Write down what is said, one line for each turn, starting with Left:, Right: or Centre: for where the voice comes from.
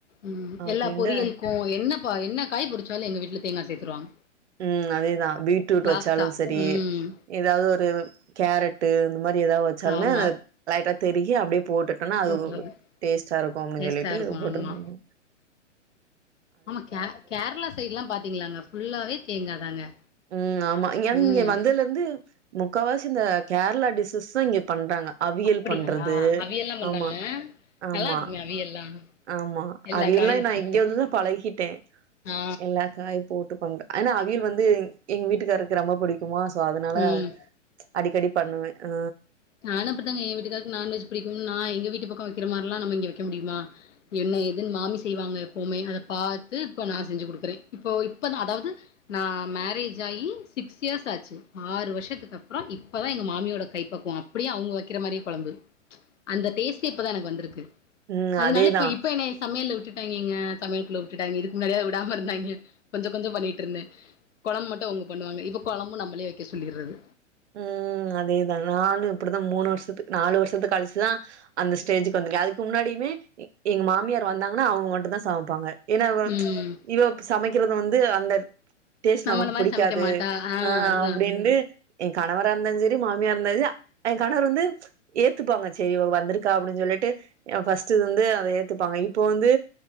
Left: ம்
Right: அப்டின்ட்டு
Left: எல்லா பொரியலுக்கு என்ன ப என்ன காய் பொருச்சாலு எங்க வீட்ல தேங்கா சேத்துருவாங்க
Right: ம் அதேதா பீட்ரூட்
Left: லாஸ்ட்டா
Right: வச்சாலு செரி
Left: ம்
Right: ஏதாவது ஒரு கேரட் டு இந்த மாரி ஏதாவது வச்சாலுமே
Left: ஆமா
Right: <unintelligible> லைட்டா திருகி அப்டியே போட்டுட் டனா அது
Left: போட்ருது
Right: ஒ டேஸ்ட்டா இருக்கு அப்டின்னு
Left: டேஸ்ட்டா
Right: சொல்லிட்டு
Left: இருக்கு
Right: போட்ருபாங்க
Left: ஆமா ஆமா கேரளா கேரளா சைடல்லா பாத்தீங்களாங்க ஃபுல்லாவே தேங்காதாங்க
Right: ம் ஆமா இங்யானா
Left: ம்
Right: இங்க வந்ததுல இருந்து முக்காவாசி இந்த கேரளா டிஷ்ஷஸ் தா இங்க பண்றாங்க அவியல்
Left: அப்டியா
Right: பண்றது
Left: அவியல்லா பண்றாங்க
Right: ஆமா ஆமா
Left: நல்லா இருக்குமே அவியல்லா
Right: ஆமா
Left: எல்லா
Right: அவியல்லா
Left: காயு
Right: நா
Left: போட்டு
Right: இங்க வந்துதா பழகிட்டே
Left: ஆ
Right: எல்லா காயு போட்டு பண்ற ஏனா அவியல் வந்து எங்க வீட்டுக்காருக்கு ரொம்ப புடி க்குமா சோ அதுனால
Left: ம்
Right: அடிக்கடி பண்ணுவே ஆ
Left: நானு அப்புடித்தாங்க ஏ வீட்டுக்காருக்கு நான்வெஜ் புடிக்குனு நா எங்க வீட்டு பக்கோ வைக்கற மாரிலா நம்ம இங்க வைக்க முடியுமா என்ன ஏதுன்னு மாமி செய்வாங்க எப்பவுமே அத பாத்து இப்ப நா செஞ்சு குடுக்குறே இப்போ இப்பதா அதாவது நா மேரேஜ் ஆயி சிக்ஸ் இயர்ஸ் ஆச்சு ஆறு வருஷத்துக்கு அப்பறோ இப்பதா எங்க மாமியோட கை பக்குவோ அப்டியே அவுங்க வைக்கிற மாரியே கொழம்பு அந்த டேஸ்ட்டே இப்பதா எனக்கு வந்துருக்கு
Right: ம்
Left: அதுனால
Right: அதேதான்.
Left: இப்ப இப்ப என்னய சமையல்ல விட்டுட்டாய்ங்கங்க சமயல்க்குள்ள விட்டுட்டாய்ங்க இதுக்கு முன்னாடியாது விடாம இருந்தாய்ங்க கொஞ்சோ கொஞ்சோ பண்ணிட்ருந்தே கொழம்பு மட்டு அவுங்க பண்ணுவாங்க இப்ப கொழம்பு நம்மளே வைக்க சொல்லிற்றது
Right: ம் அதேதா நானு இப்டிதா மூணு வருஷத்துக்கு நாலு வருஷத்துக்கு கழுச்சுதா அந்த ஸ்டேஜுக்கு வந்துருக்கே அதுக்கு முன்னாடியுமே எங்க மாமியார் வந்தாங்கன்னா அவுங்க மட்டுந்தா சமப்பாங்க ஏனா இவ
Left: ம்.
Right: இவ சமைக்கிறது வந்து அந்த டேஸ்ட்
Left: நம்மள
Right: நமக்கு
Left: மாரி
Right: புடிக்காது
Left: சமைக்க மாட்டா
Right: ஆ
Left: அதுதா
Right: அப்டின்னு எ கணவரா இருந்தாலு சரி மாமியா இருந்தாலு சரி எ கணவர் வந்து ஏத்துப்பாங்க செரி இவ வந்துருக்கா அப்டின்னு சொல்லிட்டு எ ஃபஸ்ட் இது வந்து அத ஏத்துப்பாங்க இப்போ வந்து